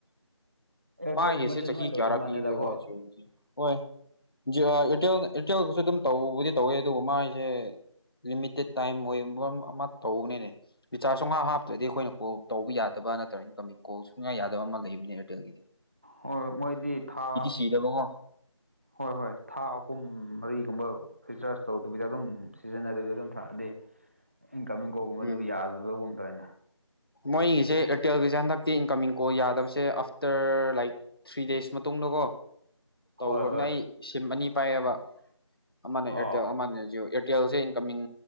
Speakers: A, on the right (about 25°); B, on the left (about 50°).
A: ꯑꯦꯌꯥꯔꯇꯦꯜꯒꯨꯝꯕꯗꯤ
B: ꯃꯥꯒꯤꯁꯦ
A: ꯑꯗꯨꯃꯥꯏꯅ
B: ꯆꯥꯍꯤ
A: ꯇꯧꯗꯧ
B: ꯀꯌꯥꯔꯥ
A: ꯃꯥꯜꯂꯦꯗꯀꯣ
B: ꯄꯤꯕꯗꯣ ꯖꯤꯌꯣꯒꯤꯖꯦ ꯍꯣꯏ ꯖꯤꯌꯥ ꯑꯦꯔꯇꯦꯜ ꯑꯦꯔꯇꯦꯜꯒꯁꯨ ꯑꯗꯨꯝ ꯇꯧꯕꯨꯗꯤ ꯇꯧꯋꯦ ꯑꯗꯨꯒ ꯃꯥꯏꯖꯦ ꯂꯤꯃꯤꯇꯦꯠ ꯇꯥꯏꯝ ꯑꯣꯏꯕ ꯑꯃꯥ ꯇꯧꯕꯅꯦꯅꯦ ꯔꯤꯆꯥꯔꯁ ꯁꯨꯡꯍꯥꯞ ꯍꯥꯞꯇ꯭ꯔꯗꯤ ꯑꯩꯈꯣꯏꯅ ꯀꯣꯜ ꯇꯧꯕ ꯌꯥꯗꯕ ꯅꯠꯇ꯭ꯔꯒ ꯏꯟꯀꯃꯤꯡ ꯀꯣꯜ ꯁꯨꯛꯌꯥ ꯌꯥꯗꯕ ꯑꯃꯥ ꯂꯩꯕꯅꯦ ꯑꯦꯔꯇꯦꯜ ꯒꯤꯗꯤ
A: ꯍꯣꯏ ꯍꯣꯏ ꯃꯣꯏꯗꯤ ꯊꯥ
B: ꯁꯤꯗꯕꯀꯣ
A: ꯍꯣꯏ ꯍꯣꯏ ꯊꯥ ꯑꯍꯨꯝ ꯃꯔꯤꯒꯨꯝꯕ ꯔꯤꯆꯔꯖ ꯇꯧꯗꯕꯤꯗ ꯑꯗꯨꯝ ꯁꯤꯖꯤꯟꯅꯗꯕꯤꯗ ꯑꯗꯨꯝ ꯊꯝꯑꯗꯤ ꯏꯟꯀꯝꯃꯤꯡ ꯀꯣꯜꯒꯨꯝꯕ
B: ꯎꯝ
A: ꯑꯗꯨ ꯌꯥꯗꯗꯒꯨꯝ ꯇꯧꯏꯅꯦ
B: ꯃꯣꯏꯒꯤꯁꯦ ꯑꯦꯔꯇꯦꯜꯒꯤꯖꯦ ꯍꯟꯗꯛꯇꯤ ꯏꯟꯀꯝꯃꯤꯡ ꯀꯣꯜ ꯌꯥꯗꯕꯁꯦ ꯑꯥꯐꯇꯔ ꯂꯥꯏꯛ ꯊ꯭ꯔꯤ ꯗꯦꯁ ꯃꯇꯨꯡꯗꯀꯣ ꯇꯧꯒ꯭ꯔꯕꯅꯦ
A: ꯍꯣꯏ ꯍꯣꯏ
B: ꯑꯩ ꯁꯤꯝ ꯑꯅꯤ ꯄꯥꯏꯌꯦꯕ ꯑꯃꯥꯅ ꯑꯦꯔꯇꯦꯜ
A: ꯑꯣ
B: ꯑꯃꯥꯅ ꯖꯤꯑꯣ ꯑꯦꯔ ꯇꯦꯜꯁꯦ ꯏꯟꯀꯝꯃꯤꯡ